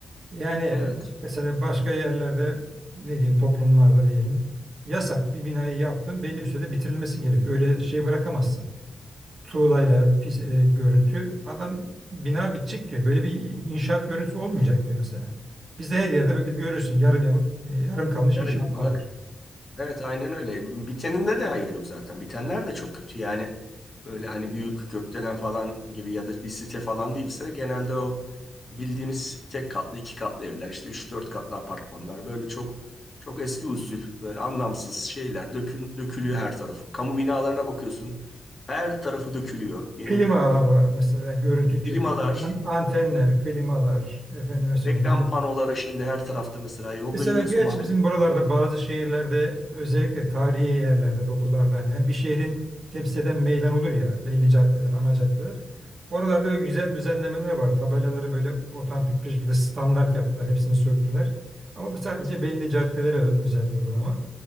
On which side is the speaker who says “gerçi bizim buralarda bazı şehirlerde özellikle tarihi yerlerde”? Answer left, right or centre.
Right